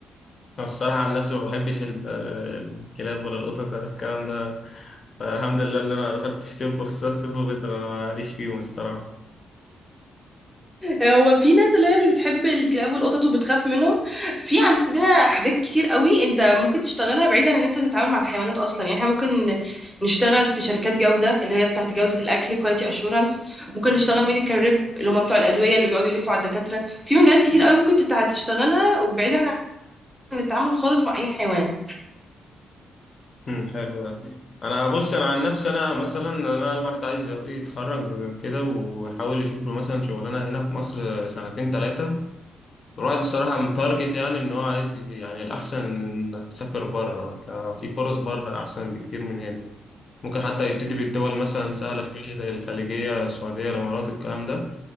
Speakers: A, on the left (about 45°); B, in the centre.
A: انا الصراحه عن نفسي ما بحبش ال- آه، الكلاب ولا القطط ولا الكلام ده الحمد لله ان انا دخلت طب وخصوصا طب بيطري انا ماليش فيهم الصراحه
B: هو في ناس اللي هي مش بتحب الكلاب والقطط وبتخاف منهم في عندنا حاجات كتير قوي انت ممكن تشتغلها بعيدا عن ان انت تتعامل مع الحيوانات اصلا يعني احنا ممكن نشتغل في شركات جودة اللي هي بتاعت جودة الاكل كواليتي اشورنس ممكن نشتغل ميديكال ريب اللي هم بتوع الادوية اللي بيقعدوا يلفوا على الدكاترة في مجالات كتير قوي ممكن تتع- تشتغلها وبعيدا عن التعامل خالص مع اي حيوان
A: امم حلو ده انا بص انا عن نفسي انا مثلا انا الواحد عايز يتخرج كده ويحاول يشوف له مثلا شغلانه هنا في مصر سنتين ثلاثه الواحد الصراحه متارجت يعني ان هو عايز ي- يعني الاحسن يسافر بره ك- في فرص بره احسن بكتير من هنا ممكن حتى يبتدي بالدول مثلا سهله شويه زي الخليجيه السعوديه الامارات الكلام ده